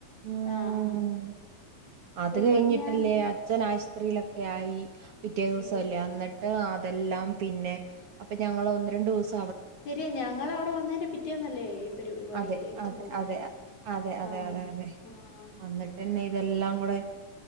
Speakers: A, on the right; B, on the left.
A: ഊം
B: ആ ആ
A: അത്
B: അയ്യോ
A: കഴിഞ്ഞിട്ടല്ലേ
B: ഞാൻ
A: അച്ഛൻ ആശ് റിലൊക്കെ ആയി പിറ്റേ ദുവസല്ലേ
B: ഈ
A: അന്ന് ട്ട് അതെല്ലാം പിന്നെ അപ്പ ഞങ്ങള് ഒന്ന് രണ്ടൂസ്
B: ശെരിയ ഞങ്ങവടെ വന്നതിന്റെ പിറ്റേന്നല്ലേ ഈ പരിപാടി
A: അതെ
B: ഈ സംഭവിച്ചേ
A: അതെ അതെ അതെ അതെ
B: ആ
A: അതെ അതെ
B: ആ
A: വന്നിട്ട്ന്നെ ഇതെല്ലാം കൂടെ